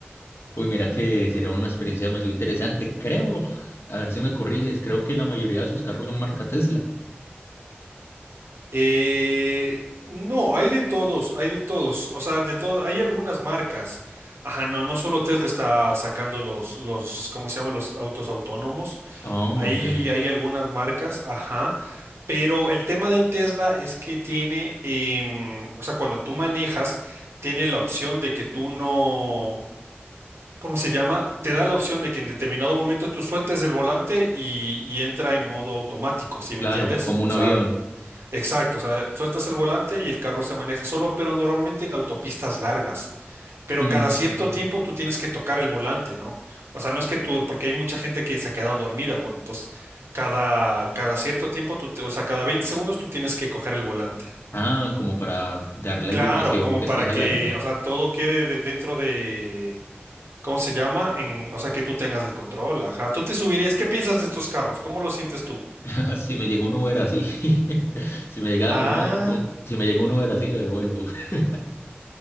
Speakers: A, on the left; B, on the right.
A: Uy, mira que sería una experiencia demasiado interesante. Creo, a ver si me corriges, creo que la mayoría de sus carros son marca Tesla.
B: Eh, no, hay de todos, hay de todos, o sea, de todo, hay algunas marcas. Ajá, no, no solo Tesla está sacando los, los, ¿cómo se llaman? Los autos autónomos.
A: Ah,
B: Hay,
A: ok.
B: hay algunas marcas, ajá. Pero el tema del Tesla es que tiene, em, o sea, cuando tú manejas, tiene la opción de que tú no, ¿cómo se llama? Te da la opción de que en determinado momento tú sueltes el volante y, y entra en modo automático, ¿sí
A: Claro,
B: me entiendes?
A: como un
B: O
A: avión.
B: sea, Exacto, o sea, sueltas el volante y el carro se maneja solo, pero normalmente en autopistas largas. Pero
A: Mm,
B: cada cierto tiempo tú tienes que tocar el volante, ¿no? O sea, no es que tú, porque hay mucha gente que se ha quedado dormida, pues, entonces cada, cada cierto tiempo, tú, te- o sea, cada 20 segundos tú tienes que coger el volante.
A: Ah, como para dar la
B: Claro,
A: indicación
B: como
A: que estás
B: para que,
A: alerta.
B: o sea, todo quede de- dentro de, ¿cómo se llama? En, o sea, que tú tengas el control, ajá. Tú te subirías, ¿qué piensas de estos carros? ¿Cómo lo sientes tú?
A: <laughs> Si me llega un Uber así, <laughs> si me llega
B: Ah,
A: uno, un- si me llega un Uber así, lo devuelvo. <laughs>